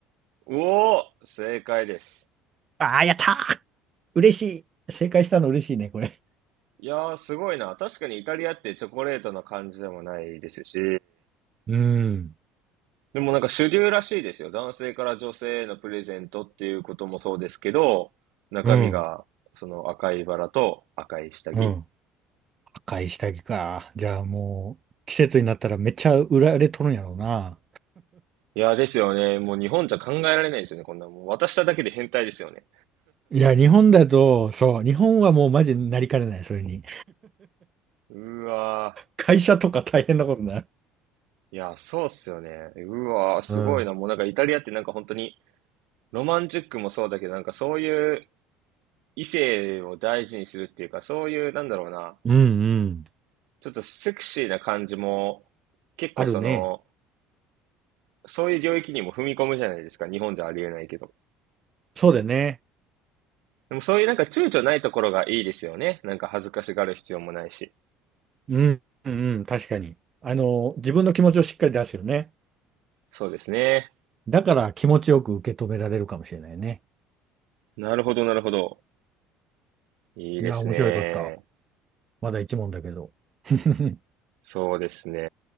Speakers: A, on the right; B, on the right.
A: おお、正解です。
B: ああ、やったー。嬉しい。正解したの嬉しいね、これ。
A: いやー、すごいな。確かにイタリアってチョコレートな感じでもないですし、
B: うん、
A: でもなんか主流らしいですよ。男性から女性へのプレゼントっていうこともそうですけど、中身がその赤いバラと赤い下着。
B: うん、うん。
A: い
B: 買い下着か。じゃあもう、季節になったらめっちゃ売られとるんやろうな。
A: やーですよね。もう日本じゃ考えられないですよね。こんなもう渡しただけで変態ですよね。
B: いや、日本だと、そう、日本はもうマジになりかねない、それに。
A: <laughs> うわ
B: 会社とか大変なことになる。
A: ー。いやそうっすよね。うわー、すごいな。
B: うん。
A: もうなんかイタリアってなんか本当にロマンチックもそうだけど、なんかそういう異性を大事にするっていうか、そういう、なんだろうな、
B: うんうん。
A: ちょっとセクシーな感じも、結構その、
B: あるね。
A: そういう領域にも踏み込むじゃないですか。日本じゃありえないけど。
B: そうだね。
A: でもそういうなんか躊躇ないところがいいですよね。なんか恥ずかしがる必要もないし。
B: うん、うんうん、確かに。あの、自分の気持ちをしっかり出すよね。
A: そうですね。
B: だから気持ちよく受け止められるかもしれないね。
A: なるほど、なるほど。いいですね。
B: いや、面白かった。まだ一問だけど。<laughs>
A: そうですね。